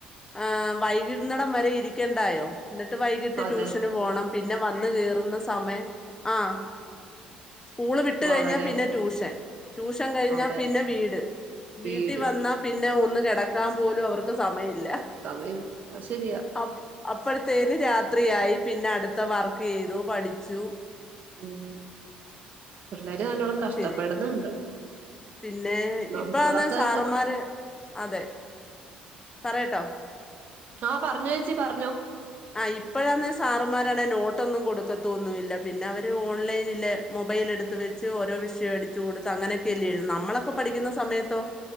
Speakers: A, on the left; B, on the right.
A: ആഹ് വൈകുന്നെടം വരെ ഇരിക്കണ്ടായോ ന്നട്ട് വൈകിട്ട്
B: അതെ
A: ട്യൂഷന് പോണം പിന്നെ വന്ന് കേറുന്ന സമയം ആഹ് സ്കൂള് വിട്ട്
B: വളരെ
A: കഴിഞ്ഞാ പിന്നെ ട്യൂഷൻ ട്യൂഷൻ കഴിഞ്ഞ
B: അതെ
A: പിന്നെ വീട്
B: വീട്
A: വീട്ടീ വന്ന ന്ന പിന്നെ ഒന്ന് കെടക്കാൻ പോലും അവർക്ക് സമയില്ല
B: സമയം അത് ശരിയാ
A: അ അപ്പഴത്തേന് രാത്രിയായി പിന്നെ അടുത്ത വർക്ക് ചെയ്തു പഠി ച്ചു
B: ഉം പിള്ളേര് നല്ലോണം കഷ്ടപ്പെടുന്നുണ്ട്
A: പി പിന്നെ
B: നമ്മളൊക്കെ
A: ഇപ്പാന്നെ സാറുമ്മാര് അതെ പറയട്ടോ
B: ആഹ് പറഞ്ഞോ ചേച്ചി പറഞ്ഞോ
A: ആഹ് ഇപ്പഴാന്നെ സാറുമ്മാരണേ നോട്ടൊന്നും കൊടുക്കത്തൊന്നുല്ല പിന്നെ അവര് ഓൺലൈനില് മൊബൈൽ എടുത്ത് വെച്ച് ഓരോ വിഷയം അടിച്ചു കൊടുത്ത് അങ്ങനെയൊക്കെയല്ലേഴ്തുന്നെ നമ്മളൊക്കെ പഠിക്കുന്ന സമയത്തോ